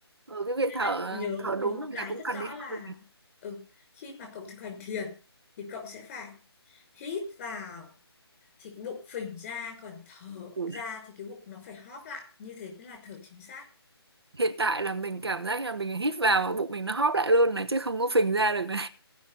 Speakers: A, on the right; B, on the left.
A: ừ, cái việc
B: nên
A: thở
B: là cậu nhớ
A: thở
B: nhớ
A: đúng
B: một cái
A: là cũng
B: rất
A: cần
B: rõ
A: đi
B: là
A: học rồi này.
B: ừ, khi mà cậu thực hành thiền thì cậu sẽ phải hít vào thì cái bụng phình ra còn thở
A: Ừ.
B: ra thì cái bụng nó phải hóp lại như thế mới là thở chính xác
A: hiện tại là mình cảm giác là mình hít vào mà bụng mình nó hóp lại luôn này chứ không có phình ra được này